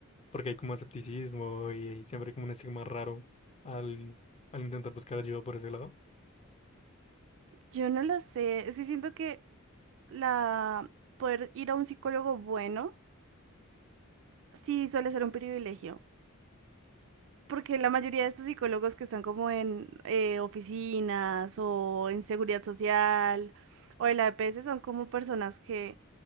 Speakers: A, on the left; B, on the right.
A: porque hay como escepticismo y, siempre hay como un estigma raro al, al intentar buscar ayuda por ese lado.
B: Yo no lo sé, sí siento que la poder ir a un psicólogo bueno sí suele ser un privilegio, porque la mayoría de estos psicólogos que están como en eh, oficinas o en seguridad social o en la EPS son como personas que